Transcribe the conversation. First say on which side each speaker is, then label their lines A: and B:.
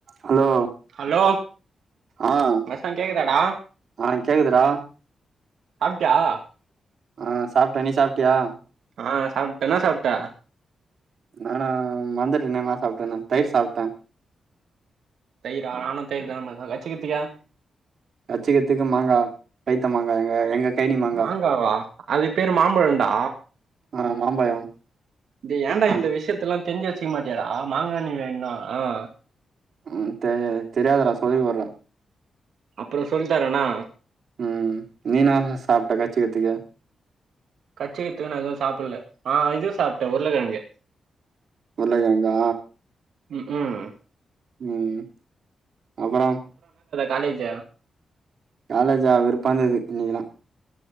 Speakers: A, on the right; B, on the right.
A: <inaudible> Hello
B: hello
A: ஆஹ்
B: மச்சா கேக்குதாடா
A: ஆஹ் கேக்குதுரா
B: <unintelligible>
A: ஆஹ் சாப்ட்ட நீ சாப்பிட்டியா
B: ஆஹ் சாப்ட்டேனா சாப்ட்டே
A: நானா வந்துட்டேன நான் சாப்பிட்டே தயிர் சாப்பிட்டேன்
B: தயிரா நானும் தயிர் தான கச்ச கத்திக்கா
A: கச்சிக்கிறதுக்கு மாங்காய் கைத்த மாங்காய் எங்க எங்க கைனி மாங்கா
B: மாங்காவா அது பேரு மாம்பழண்டா
A: ஆ மாம்பழோ
B: இது ஏண்டா இந்த விஷயத்த எல்லாம் தெரிஞ்சு வச்சுக்க மாட்டேடா மாங்கணி வேணா ஆஹ்
A: உஹம் தெரிய தெரியாதடா சொல்லி போடுறா
B: அப்புறம் சொல்லிட்டாரேண்ணா
A: உஹம் நீன சாப்பிட்ட கச்சி கத்திக்க
B: கச்சிக்கத்துக்குன்னு எதுவும் சாப்பிடல ஆஹ் இது சாப்பிட்டேன் உருளைக்கிழங்கு
A: உருளைக்கிழங்கா
B: உம்
A: உம் அப்புறம்
B: காலேஜா
A: காலேஜா வெருப்பாந்தது இன்னைக்குல்லாம்